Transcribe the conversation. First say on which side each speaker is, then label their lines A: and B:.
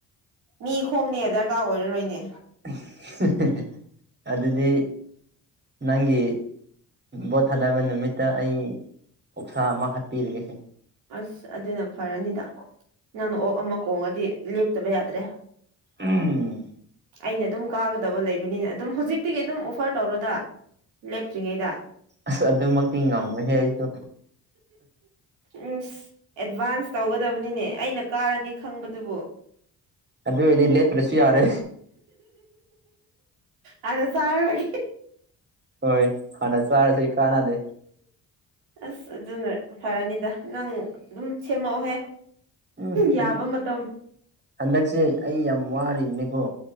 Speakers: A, on the right (about 80°); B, on the right (about 25°).
A: ꯃꯤ ꯈꯣꯝꯅꯦ ꯗꯔꯀꯥꯔ ꯑꯣꯏꯔꯔꯣꯏꯅꯦ
B: ꯍꯤ ꯍꯤ ꯍꯤ ꯑꯗꯨꯗꯤ ꯅꯪꯒꯤ ꯕꯣꯠ ꯊꯥꯗꯕ ꯅꯨꯃꯤꯠꯇ ꯑꯩ ꯑꯣꯛꯁꯥ ꯑꯃ ꯍꯥꯞꯄꯤꯔꯒꯦꯁꯦ
A: ꯑꯁ ꯑꯗꯨꯅ ꯐꯔꯅꯤꯗ ꯅꯪꯅ ꯑꯣꯛ ꯑꯃ ꯀꯣꯡꯉꯗꯤ ꯂꯦꯞꯇꯕ ꯌꯥꯗ꯭ꯔꯦ ꯑ
B: ꯎꯝ
A: ꯑꯩꯅ ꯑꯗꯨꯝ ꯀꯥꯒꯗꯕ ꯂꯩꯕꯅꯤꯅ ꯑꯗꯨꯝ ꯍꯧꯖꯤꯛꯇꯤꯒꯤ ꯑꯗꯨꯝ ꯑꯣꯐꯔ ꯇꯧꯔꯣꯗ ꯂꯦꯞꯇ꯭ꯔꯤꯉꯩꯗ
B: ꯑꯁ ꯑꯗꯨꯃꯛꯇꯤ ꯉꯝꯃꯣꯏꯍꯦ ꯑꯩꯗꯨ
A: ꯎꯝꯁ ꯑꯦꯗꯚꯥꯟꯁ ꯇꯧꯒꯗꯕꯅꯤꯅꯦ ꯑꯩꯅ ꯀꯥꯔꯅꯤ ꯈꯪꯕꯗꯨꯕꯨ
B: ꯑꯗꯨ ꯑꯣꯏꯔꯗꯤ ꯂꯦꯞꯇ꯭ꯔꯁꯨ ꯌꯥꯔꯦ
A: ꯑꯥꯗ ꯆꯔꯨꯔꯒꯦ
B: ꯍꯣꯏ ꯍꯥꯟꯅ ꯆꯥꯔꯁꯤ ꯀꯥꯅꯗꯦ
A: ꯑꯁ ꯑꯗꯨꯅ ꯐꯔꯅꯤꯗ ꯅꯪ ꯑꯗꯨꯝ ꯁꯦꯝꯃꯛꯑꯣꯍꯦ
B: ꯎꯝ ꯍꯟ
A: ꯌꯥꯕ ꯃꯇꯝ
B: ꯍꯟꯗꯛꯁꯦ ꯑꯩ ꯌꯥꯝ ꯋꯥꯔꯤꯕꯅꯤꯀꯣ